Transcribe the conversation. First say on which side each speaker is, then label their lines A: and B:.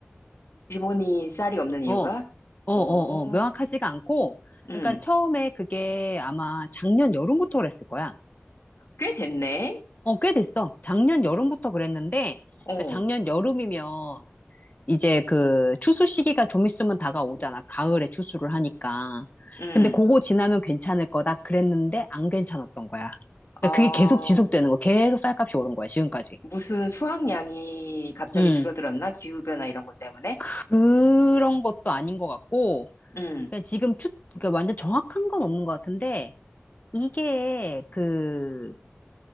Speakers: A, on the left (about 90°); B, on the left (about 40°).
A: 일본이 쌀이 없는 이유가?
B: 어, 어, 어,
A: 오.
B: 어. 명확하지가 않고,
A: 음,
B: 그러니까 처음에 그게 아마 작년 여름부터 그랬을 거야.
A: 꽤 됐네?
B: 어, 꽤 됐어. 작년 여름부터 그랬는데,
A: 어,
B: 그러니까 작년 여름이면 이제 그 추수 시기가 좀 있으면 다가오잖아. 가을에 추수를 하니까.
A: 음.
B: 근데 그거 지나면 괜찮을 거다 그랬는데 안 괜찮았던 거야. 그러니까
A: 아.
B: 그게 계속 지속되는 거, 계속 쌀값이 오른 거야, 지금까지.
A: 무슨 수확량이 갑자기
B: 음,
A: 줄어들었나? 기후변화 이런 것 때문에?
B: 그런 것도 아닌 것 같고,
A: 응,
B: 그냥 지금 추, 그러니까 완전 정확한 건 없는 것 같은데, 이게 그